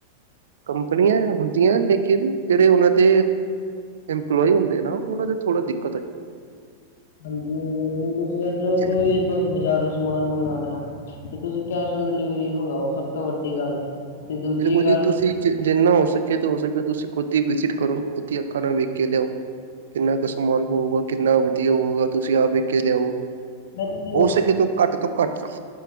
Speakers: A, on the right (about 85°); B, on the left (about 70°).
A: ਕੰਪਨੀ ਐ ਲੇਕਿਨ, ਜਿਹੜੇ ਉਹਨਾਂ ਦੇ ਇੰਪਲੋਈ ਹੁੰਦੇ ਨਾ ਉਹਨਾਂ ਦੇ ਥੋੜਾ ਦਿੱਕਤ ਆਈ।
B: ਹਾਂਜੀ, ਹੁਣ ਜਿਵੇਂ ਤੁਸੀਂ ਇੱਧਰੋ
A: ਹੈ
B: ਕੋਈ ਬਜ਼ਾਰੋਂ ਸਮਾਨ ਮੰਗਾਣਾ ਤੇ ਤੁਸੀਂ ਕੈਸ਼ ਔਨ ਡਿਲੀਵਰੀ ਮੰਗਾਓ, ਸਭ ਤੋਂ ਵੱਡੀ ਗੱਲ। ਤੇ ਦੂਜੀ
A: ਬਿਲਕੁਲ
B: ਗੱਲ
A: ਜੀ, ਤੁਸੀ ਜ ਜਿੰਨਾ ਹੋ ਸਕੇ, ਤੇ ਹੋ ਸਕੇ, ਤੁਸੀਂ ਖੁਦ ਹੀ ਵਿਜਿਟ ਕਰੋ, ਖੁਦ ਹੀ ਅੱਖਾਂ ਨਾਲ ਵੇਖਕੇ ਲਿਆਓ। ਕਿੰਨਾ ਕ ਸਮਾਨ ਹੋਊਗਾ, ਕਿੰਨਾ ਵਧੀਆ ਹੋਊਗਾ, ਤੁਸੀ ਆਪ ਵੇਖਕੇ ਲਿਆਓ।
B: ਮੈਂ ਤੁਸੀਂ
A: ਹੋ ਸਕੇ ਤੋ, ਘੱਟ ਤੋਂ ਘੱਟ